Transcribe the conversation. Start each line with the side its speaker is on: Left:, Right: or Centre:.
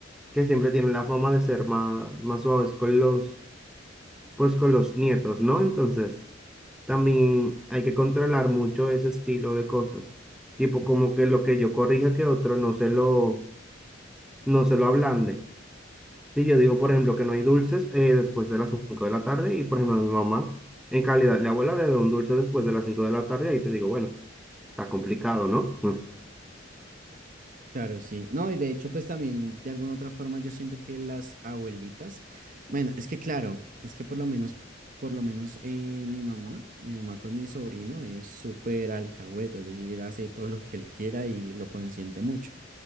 Centre: que siempre tienen la fama de ser más, más suaves con los, pues, con los nietos, ¿no? Entonces, también hay que controlar mucho ese estilo de cosas. Tipo, como que lo que yo corrija que otro no se lo, no se lo ablande. Si yo digo, por ejemplo, que no hay dulces eh, después de las 5 de la tarde y, por ejemplo, mi mamá, en calidad de abuela, de un dulce después de las 5 de la tarde, ahí te digo, bueno, está complicado, ¿no?
Right: Claro, sí. No, y de hecho, pues también de alguna otra forma yo siento que las abuelitas, bueno, es que claro, es que por lo menos, por lo menos eh, mi mamá, mi mamá con mi sobrino es súper alcahueta, es decir, hace todo lo que él quiera y lo consiente mucho.